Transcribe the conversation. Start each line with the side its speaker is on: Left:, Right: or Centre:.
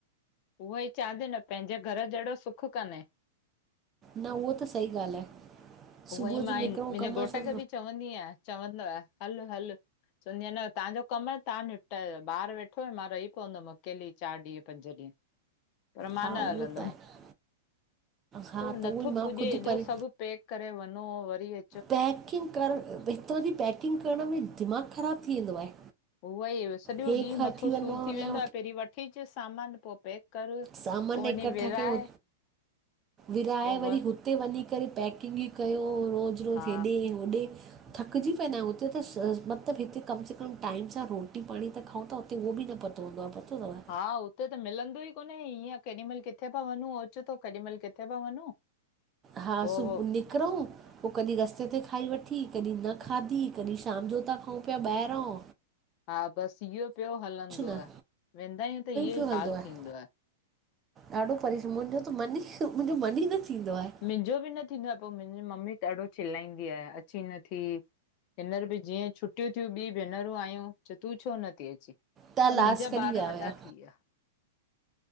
Left: उहो ई चादी न पंहिंजे घर जहिड़ो सुखु कान्हे
Right: न उहो त सही ॻाल्हि आहे
Left: उहो
Right: सुबुह
Left: ई मां
Right: जो निकिरूं
Left: हीन मुंहिंजे
Right: कम
Left: घोट
Right: सां
Left: खे बि चवंदी आहियां चवंदो आहि हल हल चंवदियां न तव्हांजो कम आहे तव्हांनिपटायो ॿार वेठोयो मां रही पवंदमि अकेली चारि ॾींह पंज ॾींह पर मां
Right: हा
Left: न
Right: उहो
Left: हलंदम,
Right: त आहे हा
Left: उ
Right: त
Left: नथो
Right: उहो ई मां
Left: पुॾे
Right: ख़ुदि
Left: हेॾो
Right: परे
Left: सभ पैक करे वञो वरी अ
Right: पैकिंग कर, हितां जी पैकिंग करण में दिमाग खराब थी वेंदो आहे।
Left: उहो ई सॼो
Right: हे
Left: ॾींह
Right: वठी
Left: मथो
Right: वञिणो
Left: सूर
Right: हुन
Left: थी वेंदो
Right: लाइ
Left: आहे पहिरीं वठी अचस सामान पो पैक कर
Right: समान
Left: पोइ
Right: इक्कठा
Left: वञी विराए
Right: कयो वराहे
Left: पोइ
Right: वरी
Left: व
Right: हु ते वञी करे पैकिंगीयू कयो रोज रोज
Left: हा
Right: हेॾे होॾे। थकजी पेंदा आयूं हुते त मतलब हिते कम से कम टाइम सां रोटी पाणी त खाऊं था हुते उह बि न पतो हुंदो आ पतो तव।
Left: हा हुते त मिलंदो ई कोने ईअं केॾीमल किथे पा वञूं अचेतो केॾीमल किथे पा वञूं <inaudible>
Right: हा
Left: पोइ
Right: सुबह निकरूं पो कॾी रस्ते ते खाई वठी कॾी न खाधी कॾी शाम जो ता खाऊं प्या ॿाहिरौं
Left: हा बस इहो प्यो हलंदो
Right: न
Left: आ, वेंदा आयूं त इहो
Right: पियो
Left: ई
Right: हलंदो
Left: हाल
Right: आहे
Left: थींदो आ।
Right: ॾाढो परेश्रम मुंजो त मन ई मुंजो मन ई न थींदो आहे।
Left: मुंहिंजो बि न थींदो आ पो मुंहिंजी मम्मी ॾाढो चिलाईंदी आहे अची नथी हींनर बि जीअं छुटियूं थियूं ॿी भेनरूं आयूं त तूं छो नथी अचे।
Right: तव्हां
Left: पर
Right: लास्ट
Left: मुंहिंजा
Right: कॾहिं
Left: ॿार
Right: विया
Left: वॾा
Right: हुया
Left: थी व्या।